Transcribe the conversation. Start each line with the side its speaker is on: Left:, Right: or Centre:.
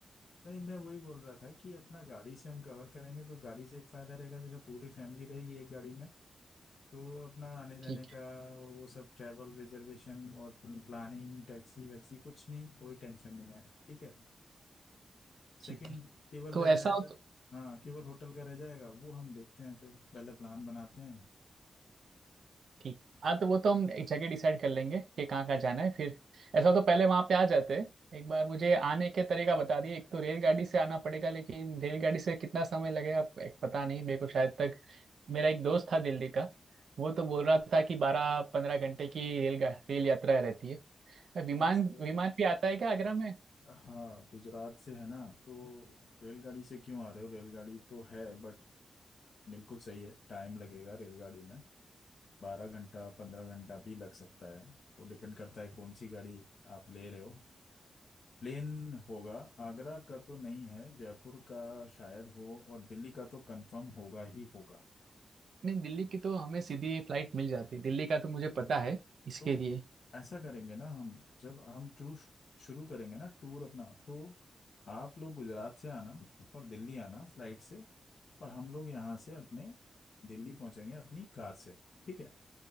Left: नहीं मैं वही बोल रहा था कि अपना गाड़ी से हम कवर करेंगे तो गाड़ी से एक फ़ायदा रहेगा जैसे पूरी फैमिली रहेगी एक गाड़ी में तो अपना आने जाने
Right: ठीक है
Left: का और वो सब ट्रैवल रिजर्वेशन और प्लानिंग टैक्सी वैक्सी कुछ नहीं कोई टेंशन नहीं है ठीक है सेकंड
Right: ठीक है
Left: केवल
Right: तो
Left: रह
Right: ऐसा
Left: जाएगा
Right: हो तो
Left: हाँ केवल होटल का रह जाएगा वो हम देखते हैं फिर पहले प्लान बनाते हैं
Right: ठीक हाँ तो वो तो हम एक जगह डिसाइड कर लेंगे कि कहाँ कहाँ जाना है फिर ऐसा हो तो पहले वहाँ पे आ जाते हैं। एक बार मुझे आने के तरीका बता दिए एक तो रेलगाड़ी से आना पड़ेगा लेकिन रेलगाड़ी से कितना समय लगेगा एक पता नहीं मेरे को शायद तक मेरा एक दोस्त था दिल्ली का वो तो बोल रहा था कि बारह पंद्रह घंटे की रेल रेल यात्रा रहती है विमान
Left: वहाँ से
Right: विमान भी आता है क्या आगरा में
Left: हाँ गुजरात से है ना तो रेलगाड़ी से क्यों आ रहे हो रेलगाड़ी तो है बट बिल्कुल सही है टाइम लगेगा रेलगाड़ी में बारह घंटा पंद्रह घंटा भी लग सकता है वो डिपेंड करता है कौन सी गाड़ी आप ले रहे हो प्लेन होगा आगरा का तो नहीं है जयपुर का शायद हो और दिल्ली का तो कंफर्म होगा ही होगा
Right: नहीं दिल्ली की तो हमें सीधी फ्लाइट मिल जाती है दिल्ली का तो मुझे पता है इसके
Left: तो
Right: लिए
Left: ऐसा करेंगे ना हम जब हम टूर शुरू करेंगे ना टूर अपना तो आप लोग गुजरात से आना और दिल्ली आना फ्लाइट से और हम लोग यहाँ से अपने दिल्ली पहुंचेंगे अपनी कार से ठीक है